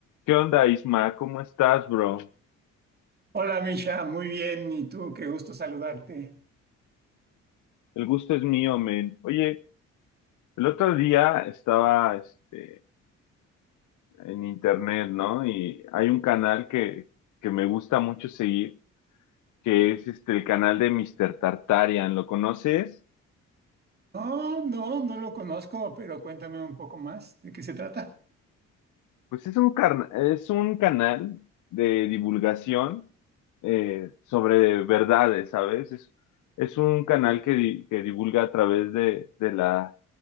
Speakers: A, on the left; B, on the right.
A: ¿Qué onda, Isma? ¿Cómo estás, bro?
B: Hola Misha, muy bien. ¿Y tú? Qué gusto saludarte.
A: El gusto es mío, men. Oye, el otro día estaba este, en internet, ¿no? Y hay un canal que, que me gusta mucho seguir, que es este, el canal de Mister Tartarian. ¿Lo conoces?
B: No, no, no lo conozco, pero cuéntame un poco más de qué se trata.
A: Pues es un, carna- es un canal de divulgación eh, sobre verdades, ¿sabes? Es, es un canal que, di- que divulga a través de, de la